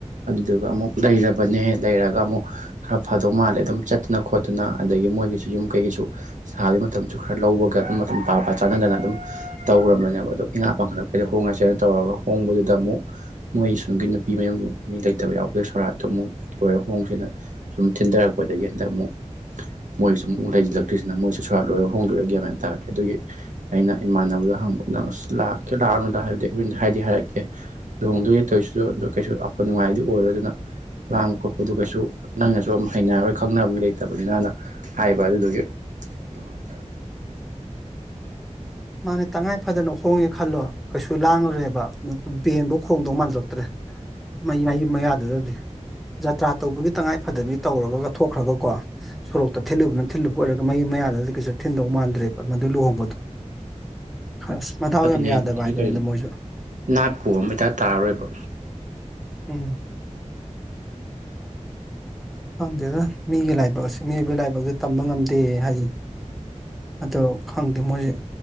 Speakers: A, on the right; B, in the centre.
A: ꯑꯗꯨꯗꯨꯒ ꯑꯃꯨꯛ ꯂꯩꯔꯕꯅꯦ ꯂꯩꯔꯒ ꯑꯃꯨꯛ ꯈꯔ ꯐꯗꯧ ꯃꯥꯜꯂꯦ ꯑꯗꯨꯝ ꯆꯠꯇꯅ ꯈꯣꯠꯇꯅ ꯑꯗꯒꯤ ꯃꯣꯏꯒꯤꯁꯨ ꯌꯨꯝ ꯀꯩꯒꯤꯁꯨ ꯁꯥꯕ ꯃꯇꯝꯁꯨ ꯈꯔ ꯂꯧꯕꯒ ꯑꯗꯨꯝ ꯃꯇꯝ ꯄꯥ ꯄ ꯆꯥꯟꯅꯗꯅ ꯑꯗꯨꯝ ꯇꯧꯈꯝꯕꯅꯦꯕ ꯑꯗꯣ ꯏꯉꯥ ꯄꯥꯡꯈꯠꯂꯛꯄꯩ ꯍꯣꯡꯉꯁꯦꯅ ꯇꯧꯔꯒ ꯍꯣꯡꯕꯗꯨꯗ ꯑꯃꯨꯛ ꯃꯣꯏ ꯁꯨꯝꯒꯤ ꯅꯨꯄꯤ ꯃꯌꯨꯝꯒꯤ ꯃꯤ ꯂꯩꯇꯕ ꯌꯥꯎꯗꯣꯏ ꯁꯣꯔꯥꯠꯇꯣ ꯑꯃꯨꯛ ꯂꯣꯏꯔꯦ ꯍꯣꯡꯁꯤꯦꯅ ꯁꯨꯝ ꯊꯤꯟꯊꯔꯛꯄꯗꯒꯤ ꯍꯟꯗꯛ ꯑꯃꯨꯛ ꯃꯣꯏꯁꯨ ꯑꯃꯨꯛ ꯂꯩꯁꯤꯜꯂꯛꯇꯣꯏꯔꯤꯁꯤꯅ ꯃꯣꯏꯁꯨ ꯁ ꯈꯔ ꯂꯣꯏꯔ ꯍꯣꯡꯗꯣꯏꯔꯒꯦꯦꯝꯃ ꯍꯥꯏꯅ ꯇꯥꯔ꯭ꯔꯦ ꯑꯗꯨꯒꯤ ꯑꯩꯅ ꯏꯃꯥꯟꯅꯕꯗꯣ ꯍꯪꯕ ꯅꯪ ꯑꯁ ꯂꯥꯛꯀꯦ ꯂꯥꯛꯑꯅꯣꯗ ꯍꯥꯏꯕꯗꯤꯕꯔꯤ ꯍꯥꯏꯗꯤ ꯍꯥꯏꯔꯛꯀꯦ ꯂꯨꯍꯣꯡꯗꯣꯏꯦ ꯇꯧꯔꯤꯁꯤꯁꯨ ꯑꯗꯨꯗ ꯀꯩꯁꯨ ꯑꯐ ꯅꯨꯡꯉꯥꯏꯗꯤ ꯑꯣꯏꯔꯣꯏ ꯑꯗꯨꯅ ꯂꯥꯡꯕ ꯈꯣꯠꯄꯗꯨ ꯀꯩꯁꯨ ꯅꯪꯅꯁꯨ ꯑꯗꯨ ꯍꯩꯅꯔꯣꯏ ꯈꯪꯅꯕ ꯃꯤ ꯂꯩꯇꯕꯅꯤꯅꯅ ꯍꯥꯏꯕ ꯑꯗꯨꯗꯨꯒꯤ ꯑꯣ ꯇꯥꯏ
B: ꯃꯥꯅꯦ ꯇꯉꯥꯏ ꯐꯗꯅ ꯍꯣꯡꯉꯦ ꯈꯜꯂꯣ ꯀꯩꯁꯨ ꯂꯥꯡꯉꯨꯔꯦꯕ ꯕꯦꯟꯕ ꯈꯣꯡꯗꯧ ꯃꯥꯟꯂꯛꯇ꯭ꯔꯦ ꯃꯩ ꯃꯌꯨꯝ ꯃꯌꯥꯗꯨꯗꯗꯤ ꯖꯇ꯭ꯔꯥ ꯇꯧꯕꯒꯤ ꯇꯉꯥꯏ ꯐꯗꯕꯤ ꯇꯧꯔꯒ ꯊꯣꯛꯈ꯭ꯔꯒꯀꯣ ꯁꯣꯔꯣꯛꯇ ꯊꯤꯜꯂꯨꯕꯅ ꯊꯤꯜꯂꯨꯕ ꯑꯣꯏꯔꯒ ꯃꯌꯨꯝ ꯃꯌꯥꯗꯨꯗꯗꯤ ꯀꯩꯁꯨ ꯊꯤꯟꯗꯧ ꯃꯥꯟꯗ꯭ꯔꯦꯕ ꯃꯗꯨ ꯂꯨꯍꯣꯡꯕꯗꯣ ꯑꯁ ꯃꯗꯥꯎ
A: ꯑꯗꯨꯅꯦ
B: ꯌꯥꯝ ꯌꯥꯗꯕ
A: ꯑꯗꯨꯃꯅꯧ
B: ꯍꯥꯏꯗꯨꯅꯤꯗ ꯃꯣꯏꯁꯨ
A: ꯅꯥꯠꯄꯨ ꯑꯃ ꯏꯇꯥ ꯇꯥꯔꯔꯣꯏꯕ
B: ꯎꯝ ꯈꯪꯗꯦꯗ ꯃꯤꯒꯤ ꯂꯥꯏꯕꯛ ꯃꯤꯕꯒꯤ ꯂꯥꯏꯕꯛꯁ ꯇꯝꯕ ꯉꯝꯗꯦ ꯍꯥꯏꯁꯦ ꯑꯗꯣ ꯈꯪꯗꯦ ꯃꯣꯏꯁꯦ